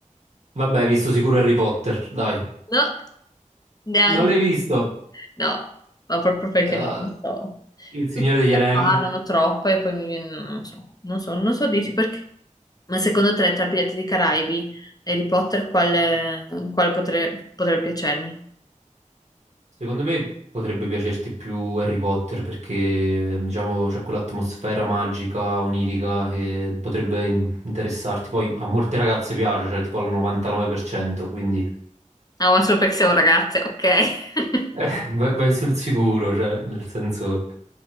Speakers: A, on the right; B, on the left.
A: Vabbè, hai visto sicuro Harry Potter, dai.
B: No, neanche.
A: Non l'hai visto?
B: No, ma proprio perché
A: Ah,
B: non so.
A: Il Signore
B: Tutti
A: degli
B: ne
A: Anelli?
B: parlano troppo e poi mi viene, non so, non so, non so dirti perché. Ma secondo te, tra Pirati dei Caraibi e Harry Potter, quale, quale potre- potrebbe piacermi?
A: Secondo me potrebbe piacerti più Harry Potter perché, diciamo, c'è quell'atmosfera magica, onirica che potrebbe in- interessarti. Poi a molte ragazze piace, cioè tipo al 99%, quindi...
B: Ah, ma solo perché siamo ragazze, ok. <laughs>
A: Eh, vai, vai sul sicuro, cioè, nel senso...